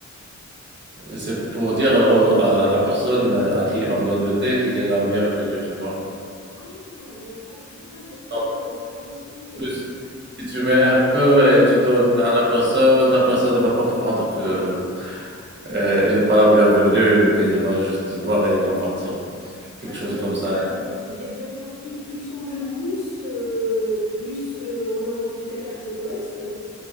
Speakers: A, on the right; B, on the left.
A: c'est pour dire au- à la personne à qui on donne le thé qu'il est la bienvenue, tu vois.
B: Ah, donc ça a plutôt un côté
A: Donc,
B: euh, tradition. euh.
A: plus, si tu mets un peu et tu donnes à la personne, la personne elle va comprendre que Euh, elle n'est pas la bienvenue, qu'elle va juste boire et elle va partir. Quelque
B: Attendez,
A: chose comme
B: attendez,
A: ça.
B: attendez. Si j'ai bien compris, plus on le mousse, euh, plus euh, on a envie que la personne reste.